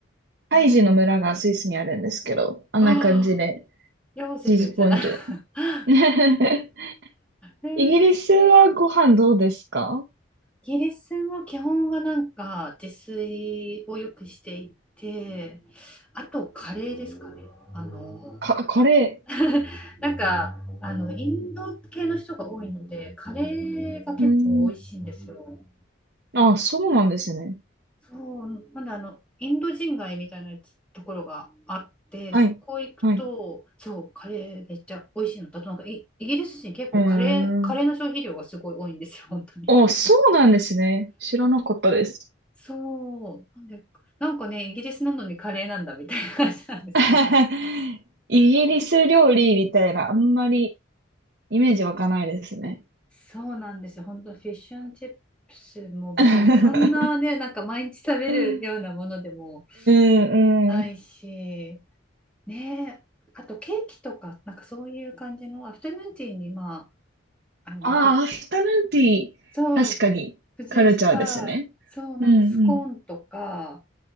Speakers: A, on the right (about 55°); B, in the centre.
A: ハイジの村がスイスにあるんですけど、
B: えー、
A: あんな感じで、
B: ああ、ヨーゼフじゃない。
A: チーズフォンデ
B: <laughs>
A: ュ。<laughs>
B: えー
A: イギリスはご飯どうですか
B: イギリスも基本はなんか自炊をよくしていて、あとカレーですかね。あの
A: か、カレ
B: <laughs> なんかあのインド系の人が多いのでカレーが結構美味しいんですよ。
A: ー。うん。あ、そうなんですね。
B: そうなんであのインド人街みたいなやつところがあってそこ行くとそうカレーめっちゃ美味しいのだとなんかイイギリス人結構カレーカレーの消費量がすごい多いんですよ本当に。
A: はい。はい。うーん。あ、そうなんですね。知らなかったです。
B: そうなんでなんかねイギリスなのにカレーなんだみたいな感じなんですけど。
A: <laughs> イギリス料理みたいな、あんまりイメージ湧かないですね。
B: そうなんですよ。本当フィッシュンチップスも別にそんなね、
A: <laughs>
B: なんか毎日食べるようなものでも
A: うん、うん。
B: ないし、ねえ、あとケーキとか、なんかそういう感じのアフタヌーンティーに、まあ、あの、
A: ああ、
B: ふ、
A: アフタヌーンティー、
B: そう、
A: 確かにカルチャーですね。
B: 付随した、そう、なんかスコーンとか、
A: うんうん。